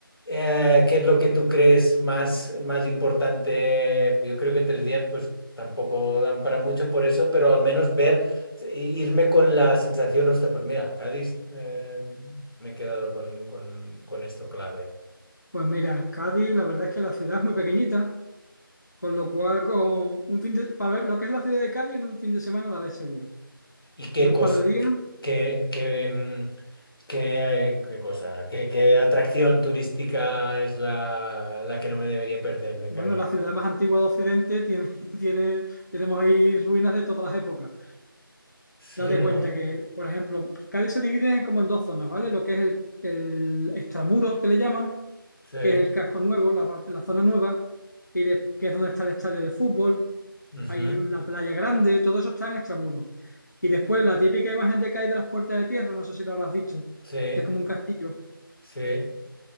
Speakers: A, on the left (about 75°); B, on the left (about 50°).
A: Eh, ¿qué es lo que tú crees más, más importante? Yo creo que en tres días, pues tampoco dan para mucho por eso, pero al menos ver Sí, irme con la sensación, hostia, pues mira, Cádiz, eh, me he quedado con, con- con esto clave.
B: Pues mira, Cádiz, la verdad es que la ciudad es muy pequeñita, con lo cual con un fin de, para ver lo que es la ciudad de Cádiz en un fin de semana la ves seguro.
A: ¿Y qué
B: En un
A: cosa,
B: par de días,
A: qué, qué, mm, qué- qué cosa, qué, qué atracción turística es la, la que no me debería perder de
B: bueno,
A: Cádiz?
B: la ciudad más antigua de Occidente tiene, <laughs> tiene, tenemos ahí ruinas de todas las épocas.
A: Sí,
B: Date
A: ¿no?
B: cuenta que, por ejemplo, Cádiz se divide en- como en dos zonas, ¿vale? Lo que es el, el extramuros que le llaman,
A: Sí,
B: que es el casco nuevo, la parte, la zona nueva, y de- que es donde está el estadio de fútbol
A: ujú,
B: hay la playa grande, todo eso está en extramuros. Y después la típica imagen de que hay de las puertas de tierra, no sé si lo habrás visto,
A: Sí,
B: que es como un castillo.
A: sí,